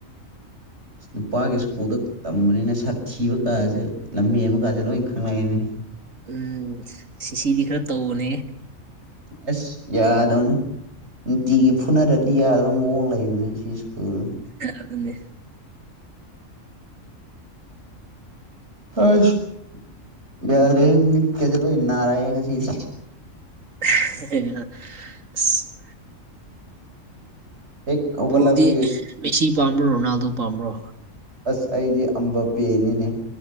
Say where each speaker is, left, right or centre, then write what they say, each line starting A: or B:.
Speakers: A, on the right; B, on the right.
A: ꯑꯁ ꯅꯨꯄꯥꯒꯤ ꯁ꯭ꯀꯨꯜꯗ ꯇꯝꯕꯅꯤꯅ ꯁꯥꯊꯤꯕ ꯀꯥꯁꯦ ꯂꯝꯍꯦꯟꯕ ꯀꯥꯁꯦ ꯂꯣꯏ ꯈꯪꯪꯂꯛꯑꯦꯅꯦ
B: ꯎꯝ ꯁꯤꯁꯤꯗꯤ ꯈꯔ ꯇꯧꯕꯅꯦ
A: ꯑꯦꯁ ꯌꯥꯗꯕꯅꯦ ꯅꯨꯡꯇꯤꯒꯤ ꯐꯨꯅꯗꯗꯤ ꯌꯥꯗꯕ ꯃꯑꯣꯡ ꯂꯩꯕꯅꯦ ꯁꯤ ꯁ꯭ꯀꯨꯜ
B: ꯑꯗꯨꯅꯤ
A: ꯍꯣꯏꯁ ꯌꯥꯗꯔꯦ ꯃꯤꯠꯀꯁꯦ ꯂꯣꯏ ꯅꯥꯔꯛꯑꯦ ꯉꯁꯤꯁꯦ
B: <unintelligible>
A: ꯍꯦꯛ ꯍꯧꯒꯠꯂꯕꯗꯒꯤ
B: ꯕ꯭ꯔꯣꯗꯤ ꯃꯦꯁꯤ ꯄꯥꯝꯕ꯭ꯔꯣ ꯔꯣꯅꯥꯜꯗꯣ ꯄꯥꯝꯕ꯭ꯔꯣ
A: ꯑꯁ ꯑꯩꯗꯤ ꯑꯝꯕ ꯄꯦꯅꯤꯅꯦ